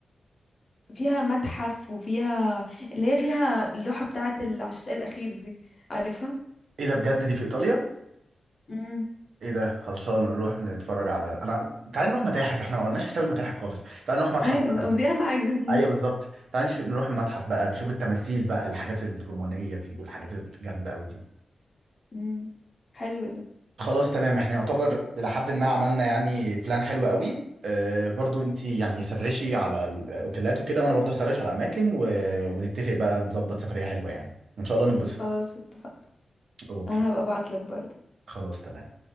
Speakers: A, on the left; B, on the right.
A: فيها متحف وفيها اللي هي فيها اللوحة بتاعة العشاء الأخير دي عارفها
B: ايه ده بجد دي في ايطاليا
A: امم
B: ايه ده خلصانه نروح نتفرج على انا تعال نروح متاحف احنا ما عملناش حساب المتاحف خالص تعال نروح متحف
A: ايوه
B: بلدي.
A: ده- دي اهم حاجة <laughs> مم.
B: ايوه بالظبط تعال نش- نروح المتحف بقى نشوف التماثيل بقى الحاجات الرومانيه دي والحاجات الجامده قوي دي
A: مم. حلو ده
B: خلاص تمام احنا يعتبر الى حد ما عملنا يعني بلان حلو قوي اه برضو انت يعني سرشي على الاوتيلات وكده وانا برضو هسرش على الاماكن و... ونتفق بقى نظبط سفرية حلوة يعني ان شاء الله نتبسط
A: خلاص اتفقنا
B: اوكي
A: انا هبقى ابعتلك برضه
B: خلاص تمام